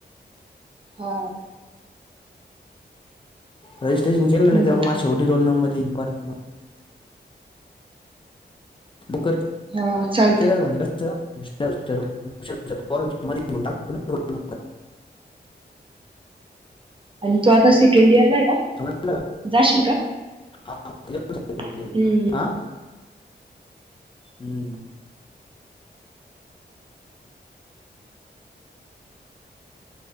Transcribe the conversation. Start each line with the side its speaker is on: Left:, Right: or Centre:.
Right: हा.
Left: रजिस्ट्रेशन केलं आणि
Right: हम्म
Left: ते्हा माझ वरती रोल नंबर. येईल परत मंग. बकर
Right: हा चालत
Left: केल्या तर म्हणजे कस <inaudible> गुंडा <inaudible>
Right: आणि तो आता सेकंड इयर ला आहे.
Left: समजलं
Right: जाशील का?
Left: हा, एवढंच आहे
Right: हम्म.
Left: हा हम्म.